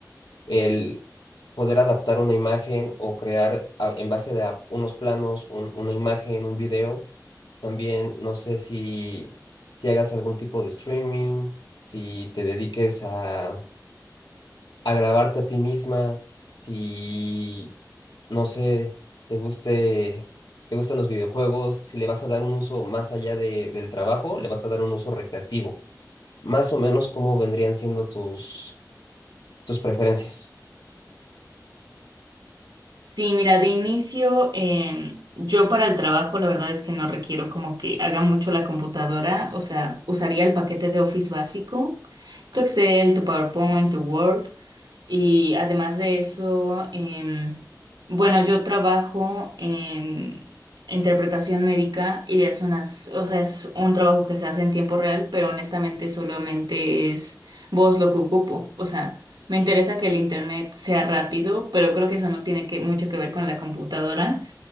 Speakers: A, on the left; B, on the right.
A: el poder adaptar una imagen o crear a- en base de a- unos planos un- una imagen, un video. También no sé si, si hagas algún tipo de streaming, si te dediques a, a grabarte a ti misma, si, no sé, te guste, te gustan los videojuegos, si le vas a dar un uso más allá de, del trabajo, le vas a dar un uso recreativo. Más o menos cómo vendrían siendo tus, tus preferencias.
B: Sí, mira, de inicio, eh, yo para el trabajo la verdad es que no requiero como que haga mucho la computadora, o sea, usaría el paquete de Office básico, tu Excel, tu PowerPoint, tu Word, y además de eso, em, bueno, yo trabajo en interpretación médica y es unas, o sea, es un trabajo que se hace en tiempo real, pero honestamente solamente es voz lo que ocupo, o sea. Me interesa que el internet sea rápido, pero creo que eso no tiene que, mucho que ver con la computadora.